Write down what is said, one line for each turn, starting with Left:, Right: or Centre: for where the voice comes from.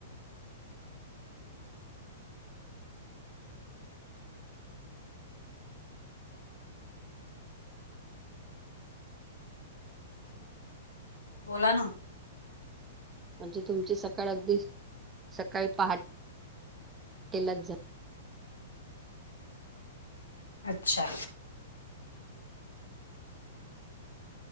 Left: बोला ना.
Right: म्हणजे तुमची सकाळी अगदी सकाळी <unintelligible> पहाटेलाच झाली.
Left: अच्छा,